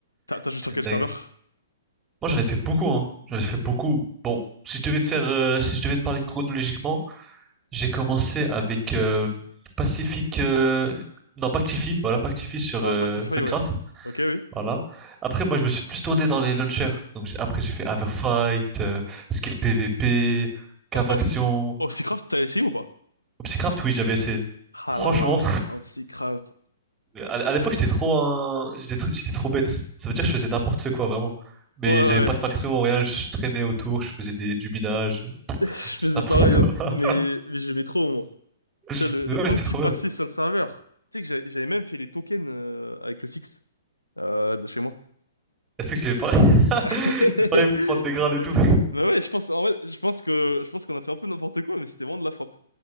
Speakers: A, on the left; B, on the right.
A: T'as t'as joué
B: C'était
A: sur quel
B: dingue.
A: serveur?
B: Moi, j'en ai fait beaucoup, hein. J'en ai fait beaucoup. Bon, si je devais te faire, euh, si je devais te parler chronologiquement, j'ai commencé avec euh, Pacific, euh, non, Pactify, voilà, Pactify sur
A: Ah
B: euh,
A: ouais, Pactify,
B: Funcraft,
A: ouais. Ok, oui.
B: voilà. Après, moi, je me suis plus tourné dans les launchers. Donc, j'ai- après, j'ai fait Averfight, euh, Skill PvP, Cavaction,
A: O- Ops... Opsicraft, t'as essayé ou pas?
B: Obsicraft, oui, j'avais essayé.
A: Ah
B: Franchement,
A: là là, Opsicraft.
B: À, à l'époque, j'étais trop un... j'étais tr- j'étais trop bête. Ça veut dire que je faisais n'importe quoi, vraiment. Mais
A: Ouais, ouais.
B: j'avais pas de faction, rien, je traînais autour, je faisais des, du minage,
A: <laughs> Je faisais
B: je faisais n'importe
A: pareil,
B: quoi.
A: hein. Mais, mais j'aimais trop, moi.
B: <laughs>
A: Tu sais, le...
B: Mais
A: le
B: ouais,
A: temps
B: c'était
A: que
B: trop
A: tu passais
B: bien.
A: sur le serveur. Tu sais que j'avais j'avais même fait les tokens euh, avec le fixe euh, de chez moi.
B: Est-ce que j'avais pas... <laughs>
A: <laughs>
B: J'ai pareil pour prendre des grades
A: Bah,
B: et tout.
A: bah ouais, je pense, en vrai, je pense que, je pense qu'on a fait un peu n'importe quoi, mais c'était vraiment de la frappe.